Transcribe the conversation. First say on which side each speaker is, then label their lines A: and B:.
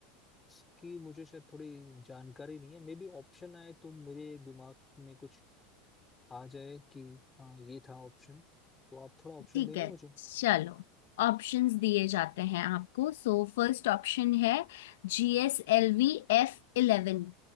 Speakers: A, on the left (about 15°); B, on the left (about 75°).
A: इसकी मुझे शायद थोड़ी जानकारी नहीं है मे बी ऑप्शन आए तो मेरे दिमाग में कुछ आ जाए कि हाँ ये था ऑप्शन तो आप थोड़ा ऑप्शन
B: ठीक
A: देंगे
B: है
A: मुझे
B: चलो ऑप्शंस दिए जाते हैं आपको सो फर्स्ट ऑप्शन है जी S L V एफ eleven